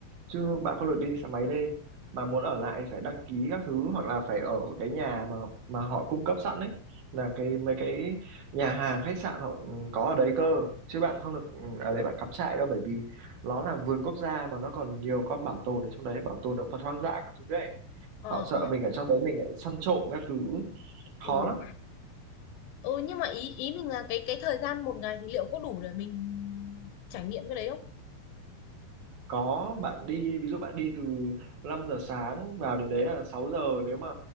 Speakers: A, on the right; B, on the left.
A: chứ
B: Ừ.
A: bạn không được đi xe máy lên mà muốn ở lại phải đăng ký các thứ hoặc là phải ở cái nhà mà mà họ cung cấp sẵn đấy là cái mấy cái nhà hàng khách sạn họ ừ, có ở đấy cơ chứ bạn không được ừ, ở đấy bạn cắm trại đâu bởi vì nó là vườn quốc gia mà nó còn nhiều con bảo tồn ở trong đấy bảo tồn động vật hoang dã các thứ ấy
B: ờ
A: họ sợ
B: ờ
A: mình ở trong đấy mình lại săn trộm các thứ
B: ừ.
A: khó lắm
B: ừ nhưng mà ý ý mình là cái cái thời gian một ngày thì liệu có đủ để mình trải nghiệm cái đấy không
A: Có, bạn đi, ví dụ bạn đi từ 5 giờ sáng vào đến đấy là 6 giờ, nếu mà